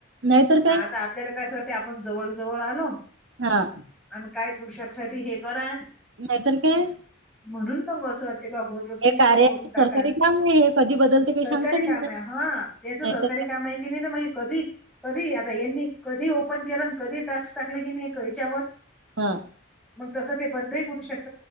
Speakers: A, on the right; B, in the centre.
A: नाहीतर काय
B: माझा आता <unintelligible> आपण जवळ जवळ आलो
A: हा.
B: आणि काय <unintelligible> साठी हे करा
A: नाहीतर काय
B: म्हणून मंग असं वाटते का होतच
A: हे कार्याच
B: लवकरून टाका
A: सरकारी काम आहे हे कधी बदलते काही
B: सरकारी
A: सांगता नाही
B: काम
A: येत.
B: आहे हं त्याज सर
A: नाहीतर
B: सरकारी
A: काय
B: काम आहे की नाही तर कधी कधी आता यांनी कधी ओपन केलं आण कधी ट्राक्स टाकले की नाही ह्याच्यावर
A: हा.
B: मग तसं ते बंदही करू शकत